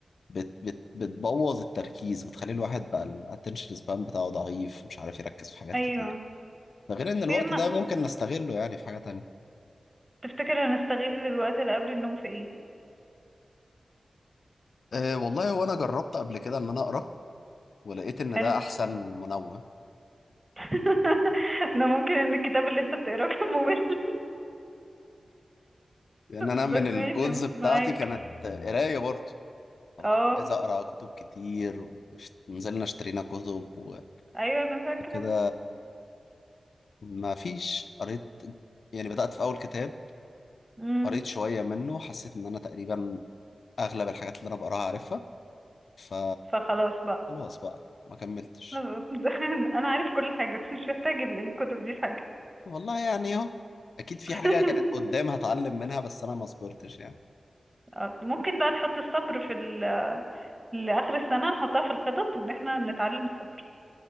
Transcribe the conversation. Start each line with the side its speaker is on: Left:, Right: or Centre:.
Left: بت بت بتبوظ التركيز بتخلي الواحد بقى الاتنشن سبان بتاعه ضعيف مش عارف يركز في حاجات
Right: ايوه
Left: كتير ده غير إن الوقت
Right: ايه ما
Left: ده ممكن نستغله يعني في حاجة تانية
Right: تفتكر هنستغل الوقت اللي قبل النوم في ايه
Left: أه والله هو انا جربت قبل كده ان انا اقرا ولقيت ان
Right: حلو
Left: ده احسن منوم
Right: <laughs> انا ممكن ان الكتاب اللي انت بتقراه كان ممل <laughs>
Left: لان انا
Right: بس
Left: من الجولز
Right: ماشي
Left: بتاعتي
Right: معاك
Left: كانت قرايه برضه انا
Right: اه
Left: كنت عايز اقرا كتب كتير ونزلنا اشترينا كتب وبعد
Right: ايوه انا فاكره
Left: كده ما فيش قريت يعني بدأت في اول كتاب
Right: امم
Left: قريت شوية منه حسيت ان انا تقريبا اغلب الحاجات اللي انا بقراها عارفها ف
Right: فخلاص بقى
Left: خلاص بقى ما كملتش
Right: <laughs> انا عارف كل حاجه مش محتاج ال- الكتب دي في حاجه
Left: والله يعني اهو اكيد في
Right: <laughs>
Left: حاجة كانت قدام هتعلم منها بس انا ما صبرتش يعني
Right: آه، ممكن بقى تحط الصبر في ال... لاخر السنه نحطها في الخطط ان احنا نتعلم الصبر